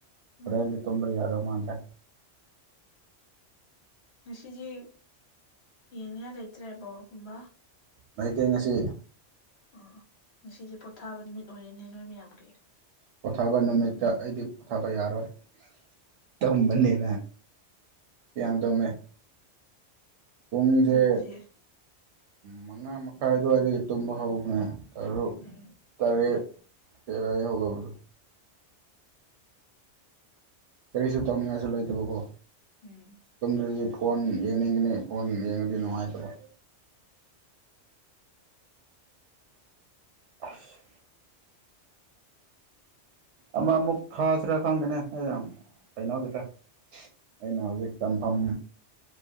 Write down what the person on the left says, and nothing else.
ꯎꯝ
ꯉꯁꯤꯗꯤ ꯌꯦꯡꯅꯤꯡꯉꯥꯏ ꯂꯩꯇ꯭ꯔꯦ ꯕꯣꯒꯨꯝꯕ
ꯑ ꯉꯁꯤꯗꯤ ꯄꯣꯊꯥꯕ ꯅꯨꯃꯤꯠ ꯑꯣꯏꯔꯤꯦꯅꯦ ꯅꯣꯏ ꯃꯌꯥꯝꯒꯤ
ꯑꯦ
ꯑꯗꯨꯕꯨꯗꯤ
ꯎꯝ
ꯎꯝ